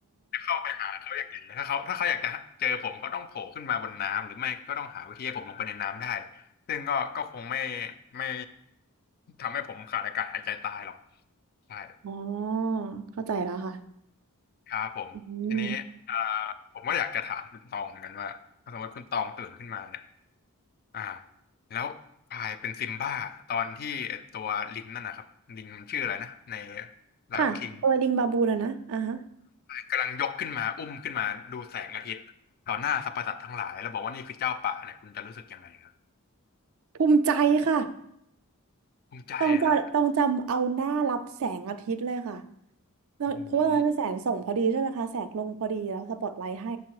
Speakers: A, on the left (about 45°); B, on the right (about 65°).
A: จะเข้าไปหาเขาอย่างไงถ้าเขาถ้าเขาอยากจะ เจอผม เขาต้องโผล่ขึ้นมาบนน้ำ หรือไม่ก็ต้องหาวิธีให้ผมลงไปในน้ำได้ซึ่งก็ก็คงไม่ไม่ทำให้ผมขาดอากาศหายใจตายหรอกใช่
B: อ๋อเข้าใจแล้วค่ะ
A: ครับผมทีนี้เอ่อ
B: อืม
A: ผมก็อยากจะถามคุณตองเหมือนกันว่าถ้าสมมติคุณตองตื่นขึ้นมาเนี่ยอ่าแล้วกลายเป็นซิมบ้าตอนที่ไอ้ตัวลิงนั่นนะครับลิงมันชื่ออะไรนะใน Lion
B: ค่ะตัวลิงบาบูนะนะอ่าฮะ
A: King กำลังยกขึ้นมาอุ้มขึ้นมาดูแสงอาทิตย์ต่อหน้าสรรพสัตว์ทั้งหลายแล้วบอกว่านี่คือเจ้าป่าเนี่ยคุณจะรู้สึกยังไงครับ
B: ภูมิใจค่ะ
A: ภูมิใจอะฮะ
B: ต้องจะต้องจำเอาหน้ารับแสงอาทิตย์เลยค่ะแล้วเพราะว่าตอนนั้นเป็นแสงส่องพอดีใช่ไหมคะแสงลงพอดีแล้วสปอตไลท์ให้
A: อืม